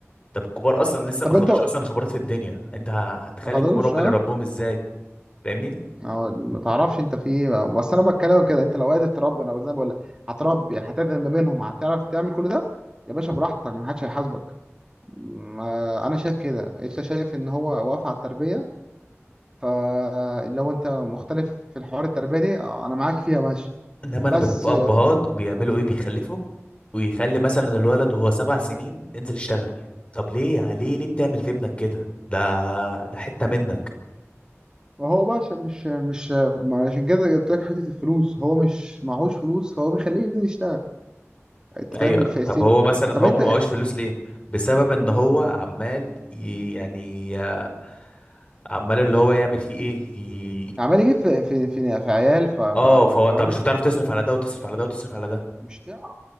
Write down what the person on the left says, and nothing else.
طب الكبار اصلا لسه
ما خدوش
اصلا خبرات في الدنيا انت ه- هتخلي
الكبار هم
اللي ربوهم ازاي فاهمني
انما انا
بشوف ابهات بيعملوا ايه بيخلفوا ويخلي مثلا الولد وهو سبع سنين انزل اشتغل طب ليه ليه ليه بتعمل في ابنك كده ده ده حتة منك
ايوه
طب هو
مثلا
هو ما معهوش فلوس ليه بسبب ان هو عمال ي- يعني آه، عمال اللي هو يعمل فيه ايه ي...
اه فهو
انت مش هتعرف تصرف على ده وتصرف على ده وتصرف على ده